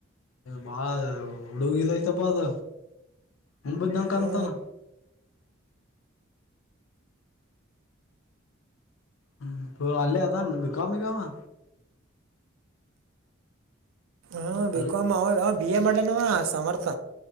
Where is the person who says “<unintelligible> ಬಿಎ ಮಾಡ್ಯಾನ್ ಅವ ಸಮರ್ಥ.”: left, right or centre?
Right